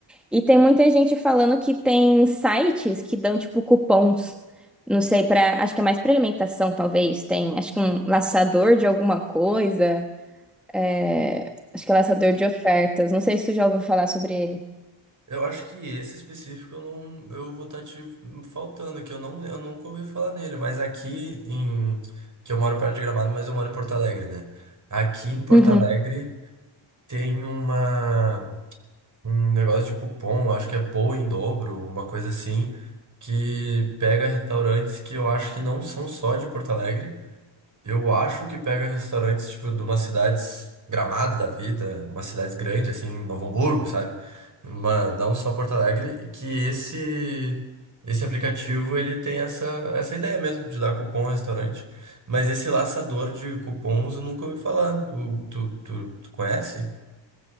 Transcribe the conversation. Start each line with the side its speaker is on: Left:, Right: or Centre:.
Centre: e tem muita gente falando que tem sites que dão tipo cupons, não sei pra. acho que é mais pra alimentação talvez, tem acho que um laçador de alguma coisa, é, acho que é laçador de ofertas, não sei se tu já ouviu falar sobre ele.
Right: Eu acho que esse específico eu não, eu vou estar te faltando, que eu não, eu nunca ouvi falar nele, mas aqui em, que eu moro perto de Gramado, mas eu moro em Porto Alegre, né? Aqui em Porto
Centre: Uhum.
Right: Ah, Alegre tem uma, um negócio de cupom, acho que é Pou em dobro, uma coisa assim, que pega restaurantes que eu acho que não são só de Porto Alegre, eu acho que pega restaurantes, tipo, de umas cidades Gramado da vida, umas cidades grandes, assim, Novo Hamburgo, sabe? Uma, não só Porto Alegre, e que esse esse aplicativo, ele tem essa, essa ideia mesmo, de dar cupom ao restaurante. Mas esse laçador de cupons eu nunca ouvi falar. O- tu, tu, tu conhece?